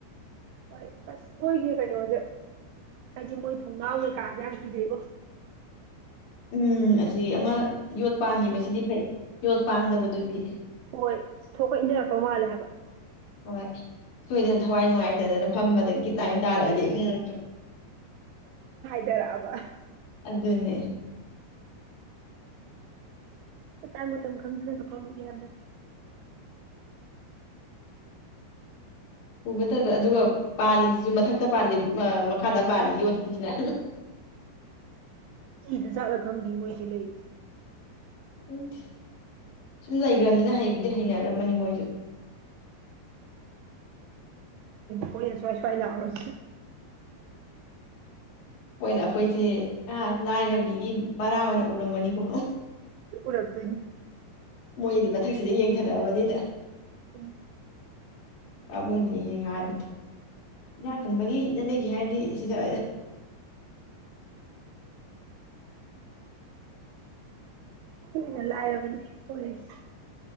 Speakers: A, on the right; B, on the left.
A: ꯍꯣꯏ ꯑꯁ ꯃꯣꯏꯒꯤ ꯀꯩꯅꯣꯁꯦ ꯍꯥꯏꯗꯤ ꯃꯣꯏ ꯊꯣꯡꯅꯥꯎ ꯀꯩꯀꯥꯥꯁ ꯌꯥꯝ ꯄꯤꯖꯩꯕꯣ
B: ꯎꯝ ꯑꯁꯤ ꯑꯃ ꯌꯣꯠ ꯄꯥꯟꯈꯤꯕꯁꯤꯗꯤ ꯐꯩ ꯌꯣꯠ ꯄꯥꯟꯗꯕꯗꯨꯗꯤ
A: ꯍꯣꯏ ꯊꯣꯛꯄ ꯏꯟꯖꯔꯛꯇꯧ ꯃꯥꯜꯂꯦ ꯍꯥꯏꯕ
B: ꯍꯣꯏ ꯁꯣꯏꯗꯅ ꯊꯋꯥꯏ ꯅꯨꯡꯉꯥꯏꯇꯗꯅ ꯐꯝꯕꯗꯒꯤ ꯂꯥꯏꯅ ꯇꯥꯔꯛꯑꯗꯤ ꯎꯝ
A: ꯗꯔꯕ
B: ꯑꯗꯨꯗꯅꯦ
A: ꯃꯇꯥꯡ ꯃꯥꯇꯝ ꯈꯪꯗꯅꯥ ꯐꯃꯨꯒ ꯌꯥꯝ ꯅ
B: ꯎꯕꯗꯕ ꯑꯗꯨꯒ ꯄꯥꯜꯂꯤꯁꯤꯁꯨ ꯃꯊꯛꯇ ꯄꯥꯜꯂꯤꯦ ꯃꯈꯥꯗ ꯄꯥꯜꯂꯤ ꯌꯣꯠꯈꯤꯁꯤꯅ
A: ꯏꯤꯗ ꯆꯖꯠꯂ ꯈꯪꯗꯦ ꯃꯣꯏꯁꯤ ꯂꯩꯔꯤꯁꯦ
B: ꯈꯪꯗꯦ ꯁꯨꯝ ꯂꯩꯈ꯭ꯔꯕꯅꯤꯅ ꯍꯩꯕꯗꯤ ꯍꯩꯅꯔꯝꯃꯅꯤ ꯃꯣꯏꯁꯨ
A: ꯍꯣꯏ ꯏꯅ ꯁ꯭ꯋꯥꯏ ꯁ꯭ꯋꯥꯏ ꯂꯧꯖꯗ
B: ꯑꯣꯏꯅ ꯑꯩꯈꯣꯏꯁꯦ ꯂꯥꯏꯔꯕꯤꯒꯤ ꯚꯔꯥ ꯑꯣꯏꯅ ꯎꯔꯝꯒꯅꯤꯀꯣ
A: ꯎꯔꯝꯗꯣꯏꯅꯤ
B: ꯃꯣꯏꯗꯤ ꯃꯊꯛꯁꯤꯗ ꯌꯦꯡꯊꯔꯛꯑꯕꯅꯤꯅ
A: ꯎꯝ
B: ꯄꯥꯅꯤ ꯍ ꯍꯥ ꯏꯅꯥ ꯈꯨꯟꯕꯒꯤꯗ ꯂꯩꯒꯦ ꯍꯥꯏꯔꯗꯤ ꯁꯤꯗ
A: ꯍꯣꯏꯅ ꯂꯥꯏꯔꯕꯅꯦ ꯍꯣꯏꯁ